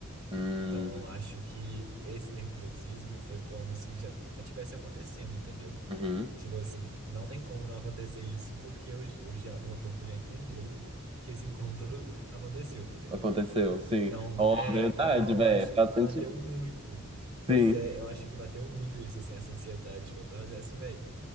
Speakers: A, on the right; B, on the right.
A: Hum,
B: Então eu acho que esse nervosismo foi como se já tivesse acontecendo, entendeu?
A: uhum.
B: Tipo assim, não tem como não acontecer isso porque eu, eu já, meu corpo já entendeu que esse encontro aconteceu, entendeu?
A: Aconteceu, sim.
B: Então,
A: Oh,
B: é,
A: verdade,
B: então eu
A: velho,
B: acho
A: faz
B: que bateu
A: sentido.
B: muito.
A: Sim,
B: Pois é, eu acho que bateu muito isso, assim, essa ansiedade que eu tava, é assim, velho.